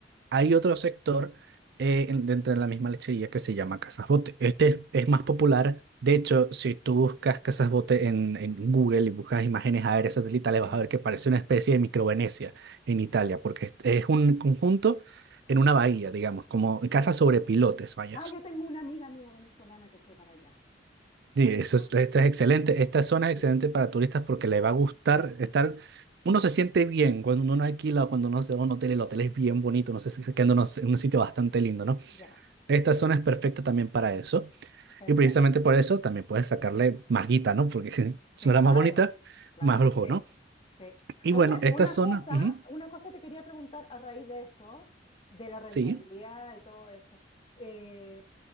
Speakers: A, on the right; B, on the left.
A: hay otro sector eh, en- dentro de la misma lechería que se llama Casas Bote. Este es más popular. De hecho, si tú buscas Casas Bote en, en Google y buscas imágenes aéreas satelitales,
B: Sí.
A: vas a ver que parece una especie de micro Venecia en Italia, porque es, es un conjunto en una bahía, digamos, como casas sobre pilotes, vaya.
B: Ah, yo tengo una amiga mía venezolana que fue para allá,
A: Sí,
B: hace
A: eso
B: como
A: es,
B: tres
A: esto
B: años.
A: es excelente. Esta zona es
B: Sí,
A: excelente para turistas porque le va a gustar estar. Uno se siente bien cuando uno no alquila o cuando uno se va a un hotel. El hotel es bien bonito, no sé, si- quedándonos en un en un sitio bastante lindo, ¿no?
B: ya,
A: Esta zona es perfecta también para eso.
B: perfecto.
A: Y precisamente por eso también puedes sacarle más guita, ¿no? Porque <laughs>
B: Sí,
A: suena
B: claro,
A: más bonita,
B: claro
A: más
B: que
A: lujo,
B: sí.
A: ¿no?
B: Sí.
A: Y
B: Oye,
A: bueno, esta
B: una
A: zona,
B: cosa,
A: ujú,
B: una cosa te quería preguntar a raíz de eso, de la rentabilidad
A: sí,
B: y todo eso. Eh,